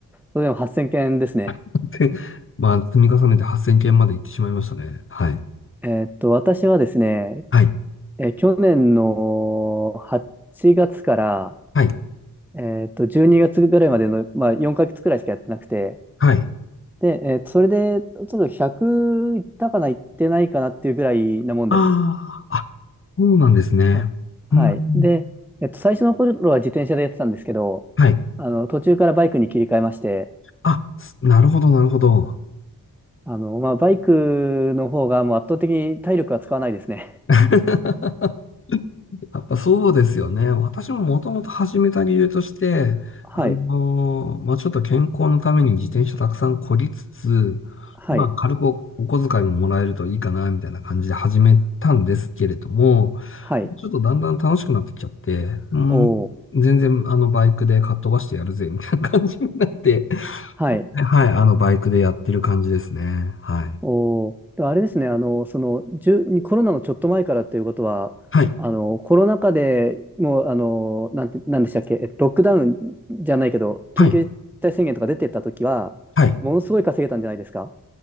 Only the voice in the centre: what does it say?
それでも8000件ですね。
えっと、私はですね、
え、去年の8月から、
えっと、12月ぐらいまでの、まあ、4ヶ月くらいしかやってなくて、
で、えーそれで、ちょっと100いったかな、いってないかなっていうぐらいなもんです。
はい。はい。
で、えっと、最初の頃は自転車でやってたんですけど、
あの、途中からバイクに切り替えまして、
あの、まあ、バイクの方がもう圧倒的に体力は使わないですね。
はい。
はい。
はい。
おー。
はい。
おーでもあれですね、あの、その、じゅ、コロナのちょっと前からっていうことは、
あの、コロナ禍でもう、あの、なんて、なんでしたっけ、えロックダウンじゃないけど、
緊急事態宣言とか出てった時は、
ものすごい稼げたんじゃないですか